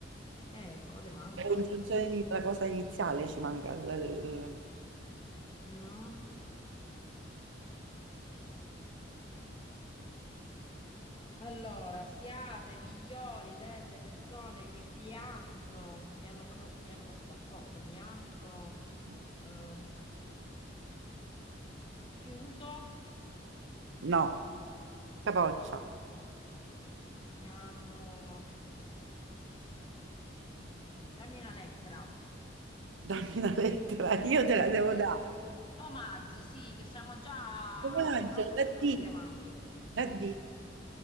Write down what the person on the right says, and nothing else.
La Congiunzione di- la cosa iniziale ci manca, l-
l-
no, capoccia,
dammi una lettera, io te la devo
dare.
Coraggio,
la
D,
la D.